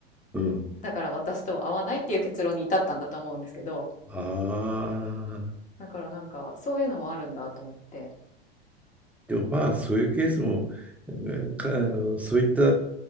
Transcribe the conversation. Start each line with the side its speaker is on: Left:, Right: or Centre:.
Centre: うん
Left: だから私とは合わないっていう結論に至ったんだと思うんですけど、
Centre: ああ
Left: だからなんかそういうのもあるんだと思って、
Centre: でもまあそういうケースもうんかあのそういった
Left: うん